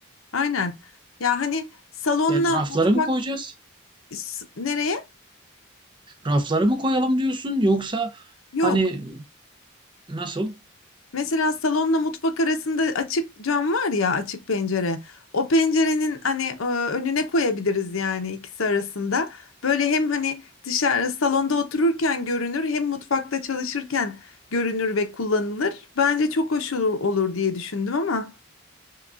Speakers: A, on the left (about 75°); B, on the right (about 20°).
A: Aynen. Ya hani salonla
B: Yani raflara
A: mutfak
B: mı koyacağız?
A: s- nereye?
B: Raflara mı koyalım diyorsun? Yoksa
A: Yok.
B: hani nasıl?
A: Mesela salonla mutfak arasında açık cam var ya açık pencere. O pencerenin hani e, önüne koyabiliriz yani ikisi arasında. Böyle hem hani dışarı salonda otururken görünür hem mutfakta çalışırken görünür ve kullanılır. Bence çok hoş olur, olur diye düşündüm ama.